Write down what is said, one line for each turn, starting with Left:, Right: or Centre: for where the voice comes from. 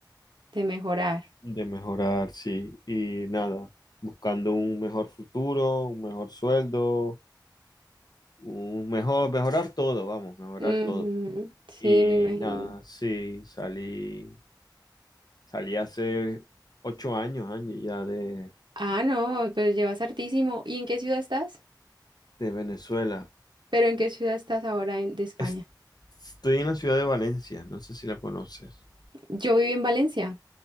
Right: de mejorar.
Left: de mejorar, sí. Y nada, buscando un mejor futuro, un mejor sueldo, un mejor, mejorar todo, vamos, mejorar
Right: Ujú,
Left: todo.
Right: Sí,
Left: Y
Right: me imagino.
Left: nada, sí, salí, salí hace ocho años, Angie, ya de
Right: Ah, no, pero llevas hartísimo. ¿Y en qué ciudad estás?
Left: de Venezuela.
Right: ¿Pero en qué ciudad estás ahora en- de España?
Left: Es- estoy en la ciudad de Valencia, no sé si la conoces.
Right: Yo viví en Valencia,